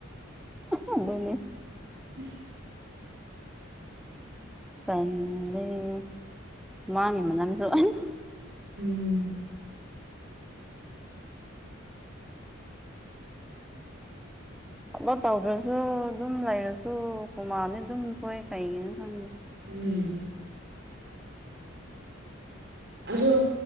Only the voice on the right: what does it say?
<unintelligible>
ꯎꯝ
ꯎꯝ ꯑꯩꯁꯨ